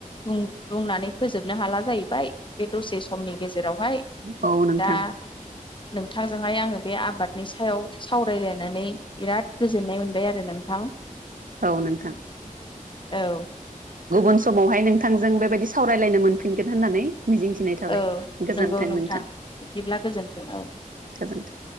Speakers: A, on the left; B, on the right.
A: बुंनानै फोजोबनो हाला जाहैबाय। बे दसे समनि गेजेरावहाय
B: औ नोंथां
A: दा नोंथांजोंहाय आङो बे आबादनि सायाव सावरायलायनानै बिराद गोजोननाय मोनबाय आरो नोंथां।
B: औ नोंथां
A: औ
B: उन समावहाय नोंथांजों बेबायदि सावरायलायनो मोनफिनगोन होननानै। मिजिंथिनाय थाबाय
A: औ
B: गोजोन्थों
A: नंगौ
B: नोंथां।
A: बिदिब्ला गोजोन्थों औ
B: गोजोन्थों।